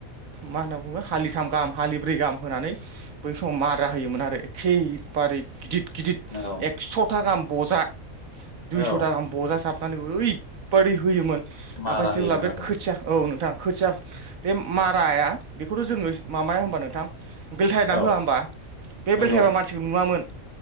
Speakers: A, on the right; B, on the left.
A: मा होनना बुङो हालिथाम गाहाम हालिब्रै गाहाम होनानै बै समाव मारा होयोमोन आरो एखेबारे गिदिर गिदिर
B: औ
A: एकस' था गाहाम बजा दुइस'
B: औ
A: था गाहाम बजा जाब ओरैबादि होयोमोन
B: मारा
A: ओमफ्राय
B: होयोमोन
A: जेब्ला बे
B: आरो
A: खोथिया औ नोंथां खोथिया बे माराया बेखौथ' जोङो माबाया होनबा नोंथां बेलथायना
B: औ
A: होआ होमबा बे
B: नंगौ
A: बेलथायाबा मानसिखौ नुवामोन